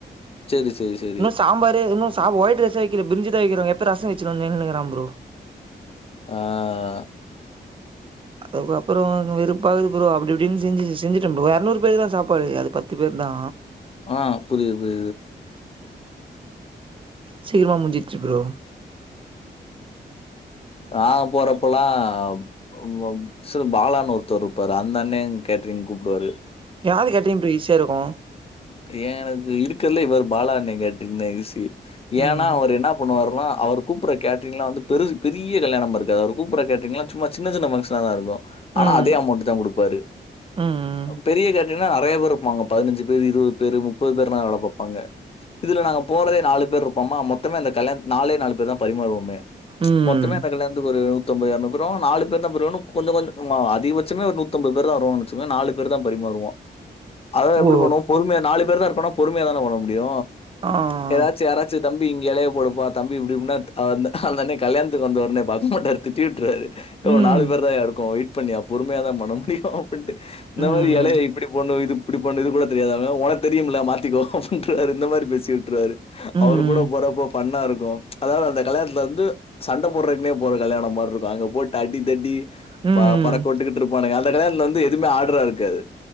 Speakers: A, on the left; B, on the right.
A: சரி, சரி, சரி.
B: இன்னு சாம்பாரே இன்னு சா ஒயிட் ரைஸ் ரைசே வக்கல பிரிஞ்சிதா வக்றாங்கோ எப்போ ரசோ வச்சினு வந்தீங்கன் கேக்குறா ப்ரோ
A: ஆ
B: அதுக் அப்றோ வெறுப்பா கிது ப்ரோ அப்டி இப்டினு செஞ்சி செஞ்சுட்ட ப்ரோ இரநூறு பேர் தா சாப்பாடு அது பத்து பேர் தா
A: ஆ புரிது
B: சீக்கிரமமா முஞ்சிச்சு ப்ரோ
A: நாங்க போறப்பல்லா உங்க மெஸ்ல பாலான் ஒருத்தர் இருப்பாரு அந்தண்னே கேட்ரிங் கூப்டுவாரு
B: யாரு கேட்ரிங் பிரி ஈசியா இருக்கு
A: ஏ எனக்கு இருக்கலயே இவரு பாலா அண்ணே கேட்ரிங் தா ஈசி
B: ம்
A: ஏன்னா அவரு என்னா பண்ணுவார்னா அவரு கூப்புற கேட்ரீங்லா வந்து பெரு பெரிய கல்யாணமா இருக்காது அவரு கூப்புற கேட்ரீங்லா சும்மா சின் சின்ன பங்ஷனா தா இருக்கு ஆனா
B: ம்
A: அதே அமௌண்ட்டு தா குடுப்பாரு
B: ம்
A: பெரிய கேட்ரீங்னா நெறய பேர் இருப்பாங்க பதினஞ்சு பேர் இருவ வெறு முப்பது பேர்னா வேல பாப்பாங்க மொத்தமா நாங்க போறதே நாலு பேர் இருப்போமா மொத்தமே அந்த கல்யா நாலே நாலு பேர் தா பரிமாறுவோமே
B: ம்
A: மொத்தமே அந்த கல்ய துகு ஒரு நூத்தம்பது எர்நுறுபேரு நாலு பேர் தா கொஞ்சோ கொஞ்சோ அதிகபட்சமே ஒரு நூத்தம்பது பேர் தா வருவாங்க சுமே நாலு பேர்தா பரிமாறுவோ அதா எப்டி
B: ஓ
A: பண்ணுவோ பொறுமையா நாலு பேர் தா இருக்கோனா பொறுமையாதான பண்ண முடியு
B: ஆ
A: ஏதாச்சு யாராச்சு தம்பி இங்க எலய போடுப்பா தம்பி இப்டி இப்டின்னாத் ஆ ஒந்த அந்தாண்னே கல்யாண்த்துக்கு வந்தவர்னே பாக்குமாட்டார் திட்டி உட்றுவாரு யோ
B: ம்
A: நாலு பேர் தாயா இருக்கோ வெயிட் பண்யா பொறுமையா தா பண்ண முடியு அப்டின்ட்டு இந்த
B: ம் ம்
A: மாரி எலெய் இப்டி போட்னு இது இப்படி பண்ணு இத கூட தெரியாதாவே ஒனக் தெரியும்ல மாத்திகோ உ கேரு இந்த மாரி பேசி உட்றுவாரு
B: ம்
A: அவ்ரு கூட போறப்போ ஃபண்ணா இருக்கோ அதாவ்து அந்த கல்யாண்த்துல வந்து சண்ட போட்றக்னே போற கல்யாணோ மார் ருக்கோ அங்க போட் அடி தடி
B: ம்.
A: ப பறக்க உட்டுக்குட்ருப்பானுங்க அந்த கலயாண்த்துல வந்து எதுமே ஆட்ரா இருக்காது